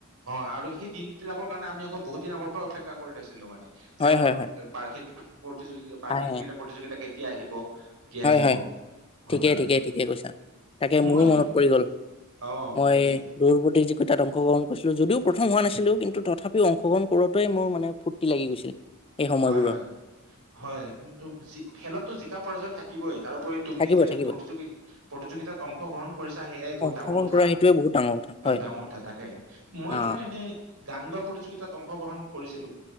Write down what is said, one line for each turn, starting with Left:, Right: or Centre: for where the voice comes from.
Right: অ আৰু সেই দিন বিলাকৰ কাৰণে আমি আকৌ বহু দিন আগৰ পৰা অপেক্ষা কৰি আছিলো মানে।
Left: হয়
Right: যে আমাৰ
Left: হয় হয়
Right: বাৰ্ষিক প্ৰতিযোগী বাৰ্ষিক
Left: আহে
Right: ক্ৰীড়া প্ৰতিযোগিতাকেই তিয়া আহিব। কেতিয়া
Left: হয়
Right: আহিব
Left: হয় হয়, ঠিকেই
Right: হয়
Left: ঠিকেই
Right: তো-
Left: ঠিকেই কৈছা, তাকে
Right: মই
Left: মোৰো
Right: তোম
Left: মনত পৰি গল
Right: অ
Left: হয়,
Right: তাকে
Left: দৌৰ প্ৰতিযোগি তাত অংশগ্ৰহণ কৰিছিলো, যদিও প্ৰথম হোৱা নাছিলো কিন্তু তথাপিও অংশগ্ৰহণ কৰোতেই মোৰ মানে ফুৰ্তি লাগি গৈছিল। সেই সময়বোৰৰ
Right: হয় হয় হয়, খেলত টো জিকা পৰাজয় থাকে কিবয়ে। তাৰোপৰি তুমি
Left: থাকিব
Right: যে
Left: থাকিব
Right: প্ৰতিযোগি প্ৰতিযোগিতাত অংশগ্ৰহণ কৰিছা সেইয়াই বহুত
Left: অংশগ্ৰহণ
Right: ডাঙৰ কথা,
Left: কৰা সেইটোৱে বহুত ডাঙৰ কথা হয়
Right: ডাঙৰ কথা। তাকে মই
Left: অ
Right: তোমাৰ এনেই গান গোৱা প্ৰতিযোগিতাত অংশগ্ৰহণ কৰিছিলো।